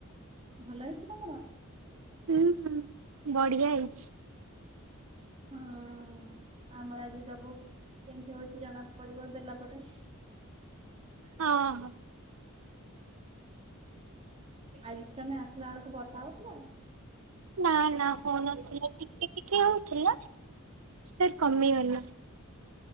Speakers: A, on the right (about 25°); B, on the right (about 75°).
A: ଭଲ ହେଇଛି ତମର?
B: ହୁଁ ହୁଁ, ବଢିଆ ହେଇଛି।
A: ହଁ, ଆମର ଆଜି ଦବୁ, କେମତି ହଉଛି ଜଣାକୁ ପଡିବ ଦେଲା ପରେ।
B: ହଁ ହଁ।
A: ଆଜି ତମେ ଆସିଲା ବେଳକୁ ବର୍ଷା ହଉଥିଲା?
B: ନା ନା ହଉନଥିଲା। ଟିକେ ଟିକେ ହଉଥିଲା, ସିଏ କମିଗଲା।